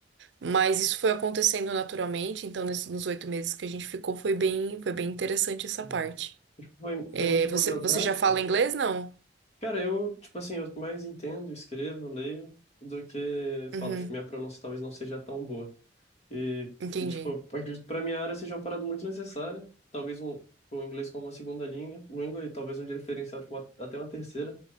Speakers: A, on the right; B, on the left.
A: Mas isso foi acontecendo naturalmente, então nesses- nos oito meses que a gente ficou foi bem, foi bem interessante essa
B: Uhum.
A: parte.
B: Tipo, foi,
A: É,
B: foi muito
A: você,
B: burocrático?
A: você já fala inglês, não?
B: Cara, eu, tipo assim, eu mais entendo, escrevo, leio, do que falo.
A: Uhum,
B: Tipo, minha pronúncia talvez não seja tão boa. E,
A: entendi.
B: e, tipo, eu acredito que pra minha área seja uma parada muito necessária. Talvez um, tipo, o inglês como uma segunda língua, língua e talvez um diferencial, tipo, uma- até uma terceira.